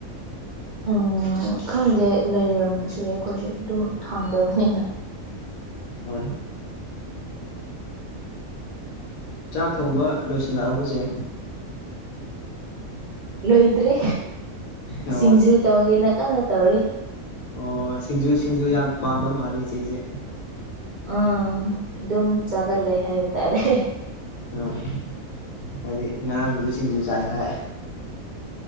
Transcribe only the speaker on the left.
ꯍꯣꯏ ꯆꯥꯛ ꯊꯣꯡꯕ ꯂꯣꯏꯁꯤꯜꯂꯛꯑꯕꯁꯦ
ꯑꯣ
ꯑꯣ ꯁꯤꯡꯖꯨ ꯁꯤꯡꯖꯨ ꯌꯥꯝ ꯄꯥꯝꯕ ꯃꯥꯜꯂꯤ ꯏ ꯆꯦꯁꯦ
ꯍꯣꯏ ꯍꯥꯏꯗꯤ ꯉꯔꯥꯡꯁꯨ ꯁꯤꯡꯖꯨ ꯆꯥꯏ ꯍꯥꯏ